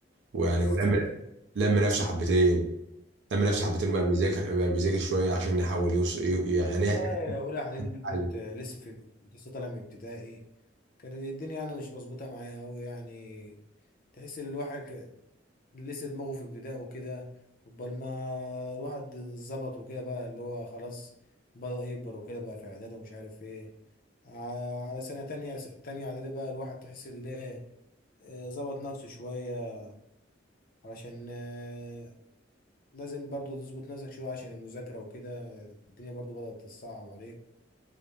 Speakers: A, on the right (about 70°); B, on the left (about 50°).
A: ويعني
B: بالظبط
A: ولم
B: يعني.
A: لم نفسه حبتين لم نفسه حبتين وبقى بيذاكر بقى بيذاكر شويه عشان يحاول يوصل يعني
B: والله
A: يعني
B: أولى إعدادي دي كنت
A: حاجه
B: لسه في كنت لسه طالع من ابتدائي كانت الدنيا يعني مش مظبوطة معايا أوي يعني تحس إن الواحد لسه دماغه في ابتدائه وكده قبل ما الواحد ظبط وكده بقى اللي هو خلاص بدأ يكبر وكده بقى في إعدادي ومش عارف إيه ع- على سنة تانية تانية إعدادي بقى الواحد تحس إن إيه آه، ظبط نفسه شوية علشان آه، لازم برضو تظبط نفسك شوية عشان المذاكرة وكده الدنيا برضو بدأت تصعب عليك